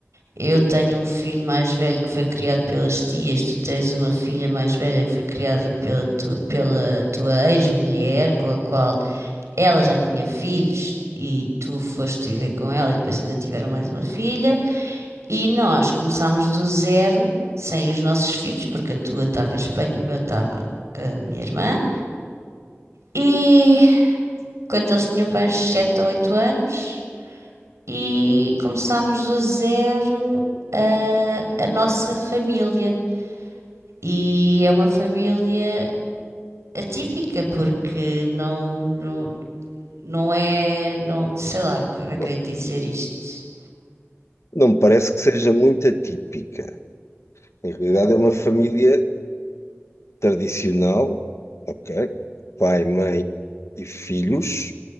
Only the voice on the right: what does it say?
eu tenho um filho mais velho que foi criado pelas tias, tu tens uma filha mais velha que foi criada pela tua, pela tua ex-mulher, com a qual ela já tinha filhos. E tu foste viver com ela e depois ainda tiveram mais uma filha. E nós começámos do zero, sem os nossos filhos, porque a tua estava em Espanha, o meu estava com a minha irmã. E quando eles tinham para uns 7 ou 8 anos e começámos do zero a, a nossa família. E é uma família atípica, porque não, não, não é, não, sei lá, como é
que eu ia dizer isto?